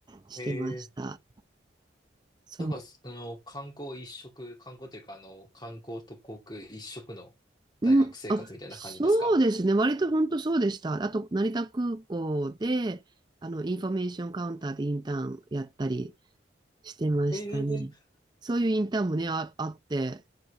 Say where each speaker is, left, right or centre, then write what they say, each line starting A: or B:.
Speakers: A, on the right; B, on the left.
A: してました。
B: ええ
A: そう。
B: なんか、その、観光一色、観光というか、あの、観光と航空一色の大学生活みたいな感じですか
A: うん、あ、そうですね。割と本当そうでした。あと、成田空港で、あの、インフォメーションカウンターでインターンやったりしてましたね。
B: ええ
A: そういうインターンもね、あ、あって、